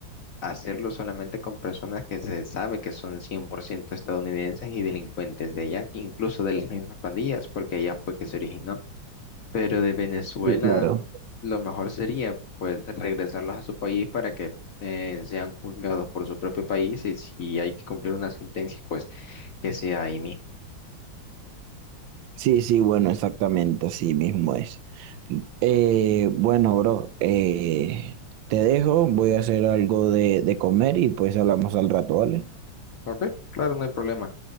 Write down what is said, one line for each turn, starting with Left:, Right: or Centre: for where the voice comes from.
Left: hacerlo solamente con personas que se sabe que son 100% estadounidenses y delincuentes de allá, incluso de las mismas pandillas, porque allá fue que se originó. Pero de Venezuela
Right: Sí, claro.
Left: lo mejor sería, pues, regresarlos a su país para que eh, sean juzgados por su propio país y si hay que cumplir una sentencia, pues, que sea ahí mismo.
Right: Sí, sí, bueno, exactamente, así mismo es. Eh, bueno, bro, eh, te dejo, voy a hacer algo de, de comer y pues hablamos al rato, ¿vale?
Left: Ok, claro, no hay problema.